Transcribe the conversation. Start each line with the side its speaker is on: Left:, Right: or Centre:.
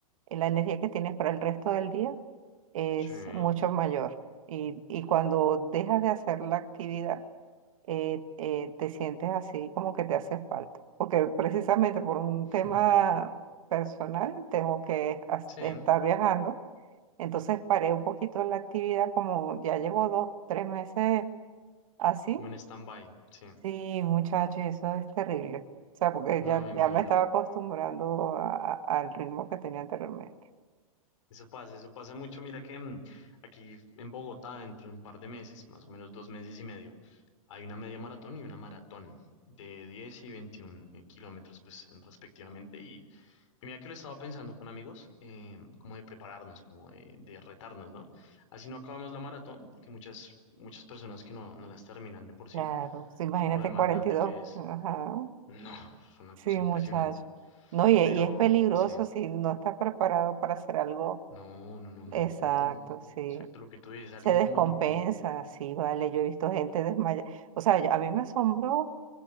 Right: eh, la energía que tienes para el resto del día es
Left: sí,
Right: mucho mayor. Y, y cuando dejas de hacer la actividad, eh, eh, te sientes así como que te hace falta. Porque precisamente por un
Left: <laughs>
Right: tema personal tengo que as-
Left: sí,
Right: estar viajando. Entonces paré un poquito la actividad, como ya llevo dos, tres meses así.
Left: como en stand-by, sí.
Right: Sí, muchachos, eso es terrible. O sea, porque
Left: No,
Right: ya,
Left: me imagino.
Right: ya me estaba acostumbrando a- a- al ritmo que tenía anteriormente.
Left: Eso pasa, eso pasa mucho. Mira que mm, aquí en Bogotá, dentro de un par de meses, más o menos dos meses y medio, hay una media maratón y una maratón de 10 y 21 eh, kilómetros, pues respectivamente. Y, y mira que lo estaba pensando con amigos, eh, como de prepararnos, como de, de retarnos, ¿no? Así no acabamos la maratón, porque muchas, muchas personas que no, no las terminan de por sí,
Right: Claro, sí, imagínate
Left: por lo demandante
Right: 42.
Left: que es.
Right: Ajá.
Left: No, fue una
Right: Sí,
Left: cosa impresionante.
Right: muchacho. No, y, y
Left: Pero
Right: es peligroso
Left: sí,
Right: si no estás preparado para hacer algo.
Left: no, no, no, no,
Right: Exacto,
Left: no tiene
Right: sí.
Left: exacto lo que tú dices. Alguien
Right: Se descompensa,
Left: como tú,
Right: sí, vale. Yo he visto gente desmayada. O sea, yo- a mí me asombró